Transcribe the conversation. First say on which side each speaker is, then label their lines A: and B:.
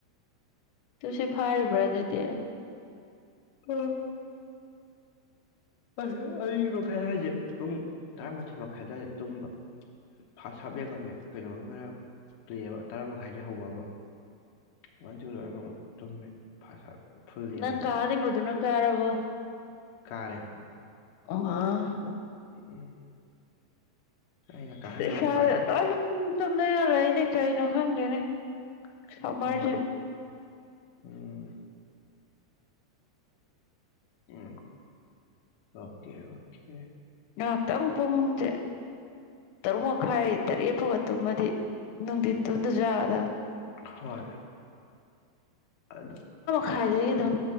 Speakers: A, on the left (about 85°); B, on the left (about 70°).
A: ꯇꯨꯁ ꯐꯥꯔꯤꯕ꯭ꯔꯥ ꯑꯗꯨꯗꯤ
B: ꯎꯝ ꯑ ꯑꯔꯤꯕ ꯃꯈꯥꯏ ꯍꯥꯏꯁꯦ ꯄꯨꯡ ꯇꯔꯥꯃꯥꯊꯣꯏ ꯃꯈꯥꯏ ꯑꯗꯨꯋꯥꯏꯗ ꯇꯨꯝꯕ ꯐꯥꯔꯁ ꯍꯥꯞ ꯌꯦꯦ ꯍꯥꯝꯃꯦ ꯀꯩꯅꯣꯅ ꯄ꯭ꯂꯦ ꯑꯃ ꯇꯔꯥ ꯃꯈꯥꯏꯗꯒꯤ ꯍꯧꯕ ꯑꯃ ꯃꯖꯂꯒꯠꯇꯣꯃꯦ ꯐꯁ ꯐꯨꯜꯉꯗꯤ
A: ꯅꯪ ꯀꯥꯍꯟꯅꯤꯡꯕꯗꯨꯅ ꯀꯥꯔꯕꯣ
B: ꯀꯥꯔꯦ
A: ꯑꯣ
B: ꯎꯝ ꯑꯩꯅ ꯀꯥꯍꯟꯅꯤꯡꯕ
A: ꯝ
B: ꯁꯨꯃꯥꯏꯅ
A: ꯆꯨꯝꯅ ꯌꯥꯔꯣꯏ ꯑꯩꯅꯦ ꯀꯩꯅꯣ ꯈꯪꯗꯦꯅꯦ ꯁꯔꯖ
B: ꯎꯝ ꯎꯝ ꯎꯝ ꯑꯣꯀꯦ ꯑꯣꯀꯦ
A: ꯉꯥꯏꯍꯥꯛꯇꯪ ꯄꯨꯡꯁꯦ ꯇꯔꯨꯛ ꯃꯈꯥꯏ ꯇꯔꯦꯠ ꯐꯥꯎꯕ ꯇꯨꯝꯃꯗꯤ ꯅ ꯇꯗ ꯌꯥꯗ
B: ꯍꯣꯏ ꯑꯗꯣ
A: ꯈꯥꯏꯏꯗꯒꯤ ꯑꯗꯨꯝ